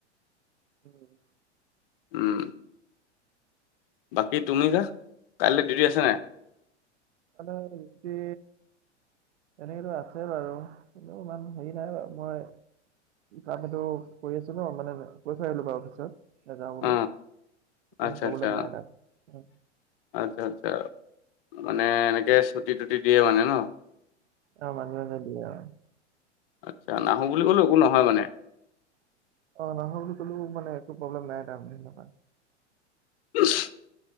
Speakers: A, on the right (about 75°); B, on the left (about 55°).
A: উম
B: উম বাকী তুমি যে, কাইলে ডিউটি আছে নে নাই?
A: কালি ডিউটী, তেনেকেতো আছে বাৰু কিন্তু ইমান হেৰি নাই আৰু মই, কাম এইটো কৰি আছো ন মানে কৈ থৈ আহিলো বাৰু অফিচত। নেযাওঁ বুলি,
B: অ
A: ইমান
B: আচ্ছা
A: প্ৰব্লেম
B: আচ্ছা
A: নাই তাত।
B: আচ্ছা আচ্ছা মানে এনেকে চুটি তুটি দিয়ে মানে ন,
A: অ মাজে মাজে দিয়ে অ,
B: আচ্ছা নাহো বুলি ক'লেও একো নহয় মানে,
A: অ নহয় বুলি কলেও মানে একো প্ৰব্লেম নাই তামানে হেনেকুৱা,
B: <unintelligible>